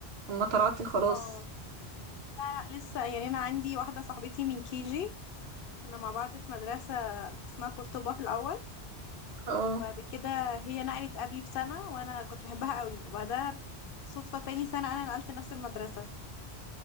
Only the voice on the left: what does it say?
اه لا لا لسه يعني انا عندي واحدة صاحبتي من كي جي كنا مع بعض في مدرسة اسمها قرطبة في الأول
وبعد كده هي نقلت قبلي بسنة وانا كنت بحبها قوي وبعدها صدفة تاني سنة انا نقلت نفس المدرسة